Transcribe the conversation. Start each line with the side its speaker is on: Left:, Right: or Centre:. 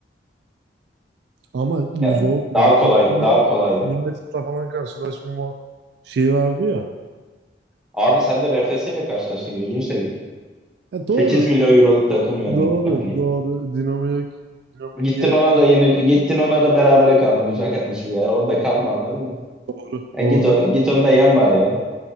Right: Ama
Centre: Yani
Right: zor ya.
Centre: daha kolay
Right: Tottenham'la
Centre: daha kolaydı.
Right: United'la falan karşılaşmama şey vardı ya.
Centre: Abi sen de RFS ile karşılaştın gözünü seveyim.
Right: E,
Centre: 8
Right: doğru.
Centre: milyon euroluk takım yani.
Right: Doğru.
Centre: Hani
Right: Doğru. Dinamo Dinamo
Centre: gittin
Right: Kiev
Centre: ona da yenil gittin ona da berabere kaldı güzel kardeşim ya. O da kalma anladın mı?
Right: doğru.
Centre: Yani
Right: Doğru.
Centre: git ona,
Right: haklı.
Centre: git onu da yen bari ya.